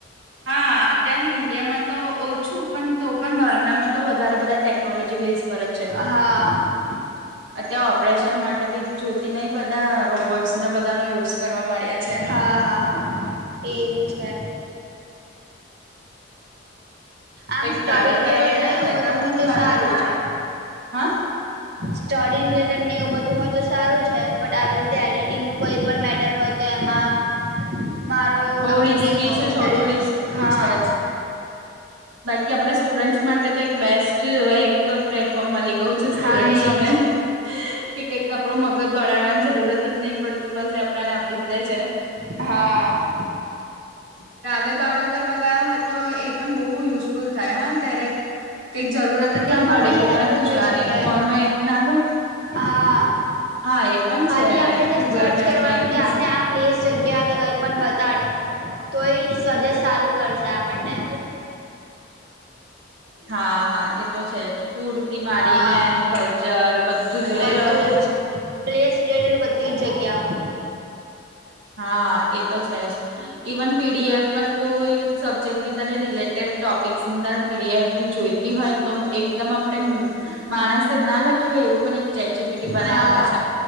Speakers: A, on the right (about 85°); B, on the right (about 60°).
A: હા અત્યારે ઇન્ડિયામાં તો ઓછું પણ તો પણ બારનામાં તો વધારે બધા ટેકનોલોજી બેઝ ફરક છે.
B: હા હા
A: અત્યા ઓપરેશન માટે બી જોતી નઈ બધા રોબોટ્સને બધા નો યુઝ કરવા માડયા છે.
B: હા હા હા એ બી છે. આમ
A: કઈક
B: સ્ટડી
A: ટ્રાવેલ
B: રિલેટેડ
A: કરવા ગયા
B: ને એવું બધું
A: આમ
B: હોય તો
A: વાંધો
B: સારું
A: ના આવે.
B: છે.
A: હા
B: સ્ટડી રિલેટેડ ને એવું બધું હોય તો સારું છે બટ આવી રીતે એડિટિંગ નુ કોઈ પણ મેટર હોય તો એમાં
A: <unintelligible>
B: મારો.
A: બોવ
B: ઓપિનિયન
A: રિસ્કી
B: નો
A: છે થોડું રિસ્ક તો
B: હા
A: છે જ. બાકી આપડા સ્ટુડન્ટસ માટે તો એક બેસ્ટ એક ત પ્લેટફોર્મ મલી ગયું છે સ્ટુડન્ટસોને
B: હા એજ
A: કે કઈક આપડું મગ ગત દોડાડવાની જરૂરત જ નઇ પડતું બસ એ આપડાને આપી જ દે છે.
B: હા.
A: ટ્રાવેલ બાવેલ કરવા ગયા હોય તો એ પણ બોવ બુ યુઝફુલ થાય હા ત્યારે કઈક જરૂરત જ ના
B: એમાં
A: પડે
B: બી
A: કોકને
B: હેલ્પફુલ
A: પૂછવાની
B: થઈ શકે
A: ફોન માં એક નાખ
B: હા
A: હા એ પણ
B: ખાલી
A: છે
B: આપડે જસ
A: ગૂગલ
B: સર્ચ
A: મેપમાં
B: કરવાનું
A: એક
B: કે
A: કિસ્સો
B: આપડે આપ પ્લેસ જગ્યા કે કઈ પણ બતાડે તો એ સજેસ્ટ સારું કરશે આપણને
A: હા હા એ તો છે જ ફૂડ થી માંડીને
B: હા
A: એનું કલ્ચર બધું જ લઈ
B: બધું
A: લો ને
B: જ પ્લેસ ડેડલ બધી જગ્યાઓ
A: હા એ તો છે જ. ઇવન પીડીએફ પણ કોઈ સબ્જેક્ટ ની તને રિલેટેડ ટોપિક્સ ની તને પીડીએફ જોઈતી હોયને તો એકદમ આપડે માણસે જ ના લખ્યું હોય એવું પને ચેટ જીપીટી બનાવી
B: હા
A: આપે છે.